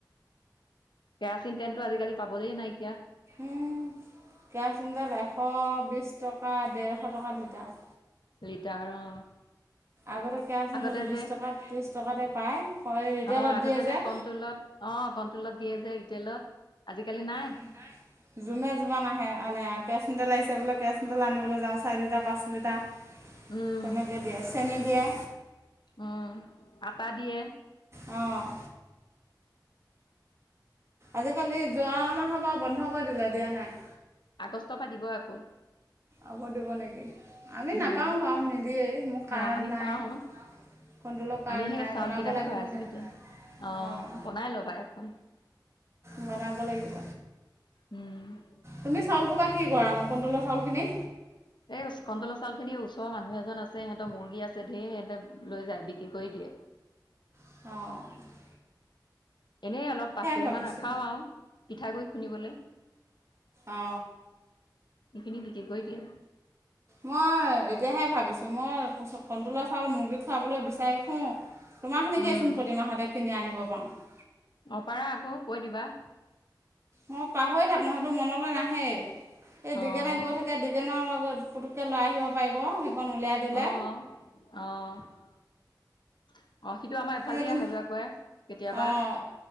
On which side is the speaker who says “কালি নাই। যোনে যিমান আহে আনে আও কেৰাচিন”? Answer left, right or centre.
Right